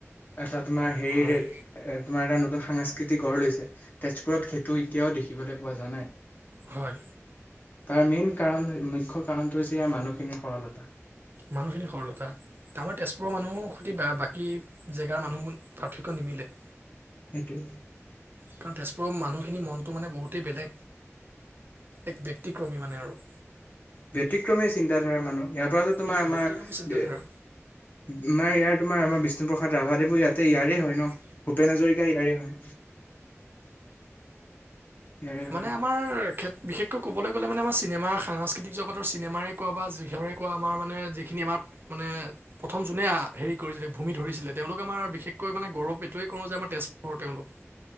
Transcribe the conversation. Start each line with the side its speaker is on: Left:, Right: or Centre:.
Left: এটা তোমাৰ হেৰি
Right: হয়
Left: তোমাৰ এটা নতুন সাংস্কৃতিক গঢ় লৈছে তেজপুৰত সেইটো এতিয়াও দেখিবলৈ পোৱা যোৱা নাই
Right: হয়
Left: তাৰ মেইন কাৰণ মুখ্য কাৰণটো হৈছে ইয়াৰ মানুহখিনিৰ সৰলতা
Right: মানুহখিনি সৰলতা আমাৰ তেজপুৰৰ মানুহো সতি বাকী জেগাৰ মানুহ পাৰ্থক্্য মিলে
Left: সেইটোৱেই।
Right: কাৰণ তেজপুৰৰ মানুহখিনি, মনটো মানে বহুতেই বেয়া। এক ব্যক্তিক্ৰমী মানে আৰু
Left: ব্যক্তিক্ৰমী চিন্তাধাৰা মানুহ, সিহতৰ পৰা যে,
Right: সেইটোৱে
Left: তোমাৰ আমাৰ,
Right: ব্যক্তিক্ৰমী চিন্তাধাৰা
Left: আমাৰ ইয়াৰ তোমাৰ আমাৰ বিষ্ণপ্ৰসাদ ৰাভাদেৱো ইয়াতে, ইয়াৰে হয় ন।
Right: <inaudible>
Left: ভূপেন হাজৰিকা ইয়াৰে হয় ইয়াৰে হয়
Right: মানে আমাৰ বিশেষকৈ ক'বলৈ গ'লে, মানে আমাৰ চিনেমা সাংস্কৃতিক জতৰ, চিনেমাৰে কোৱা বা যিহৰে কোৱা, আমাৰ মানে যিখিনি আমাৰ মানে প্ৰথম, যোনে হেৰি কৰিছিলে ভূমি ধৰিছিলে তেওঁলোকে আমাৰ বিশেষকৈ মানে গৌৰৱ। এইটোৱে কৰো যে আমাৰ তেজপুৰৰ তেওঁলোক।